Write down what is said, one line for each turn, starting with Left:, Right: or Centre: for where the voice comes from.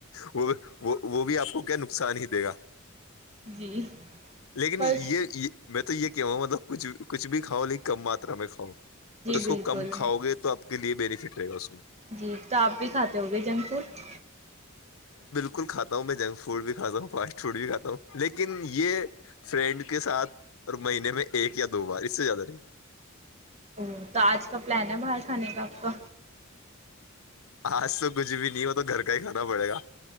Left: وہ وہ وہ بھی آپ کو کیا نقصان ہی دے گا
Right: جی
Left: لیکن
Right: پرس
Left: یہ یہ میں تو یہ کہا ہ مطلب کچھ کچھ بھی کھاؤ لیکن کم ماترا میں کھاؤ
Right: جی
Left: اور اس
Right: بالکل
Left: کو کم کھاؤ گے تو آپ کے لیے بینیفٹ تو
Right: جی تو آپ بھی کھاتے ہو گے جنک فوڈ
Left: بکل کاتا ہوں میں جنک فڈ بھی کھات ہوں پار چھوٹ بھی کاتا ہوں لیکن یہ فرینڈ کے ساتھ اور مہینے میں ایک یا دو بار اس سے زیادہ نہیں
Right: او تو آج کا پلان ہے باہر کھانے کا آپ کا
Left: آج تو کچھ بھی نہیں ہو تو گھر کا ہی کھانا پڑے گا